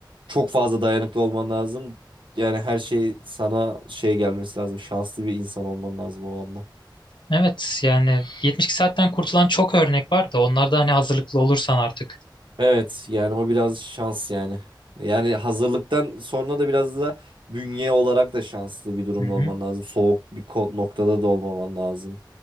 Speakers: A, on the right (about 80°); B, on the left (about 75°).
A: çok fazla dayanıklı olman lazım yani her şey sana şey gelmesi lazım şanslı bir insan olman lazım o anda.
B: Evet yani 72 saatten kurtulan çok örnek var da onlar da hani hazırlıklı olursan artık.
A: Evet yani o biraz şans yani yani hazırlıktan sonra da biraz da bünye olarak da şanslı bir durumda
B: Hı hı.
A: olman lazım soğuk bir ko- noktada da olmaman lazım